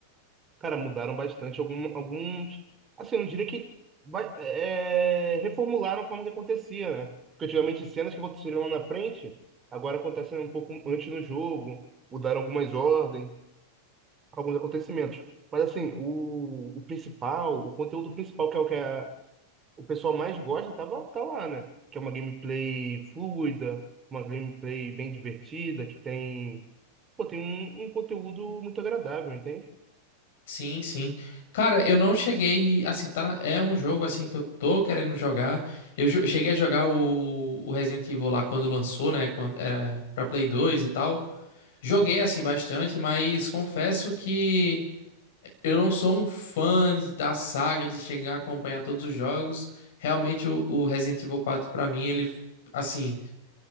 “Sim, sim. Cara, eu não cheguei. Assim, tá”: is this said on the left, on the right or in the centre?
Left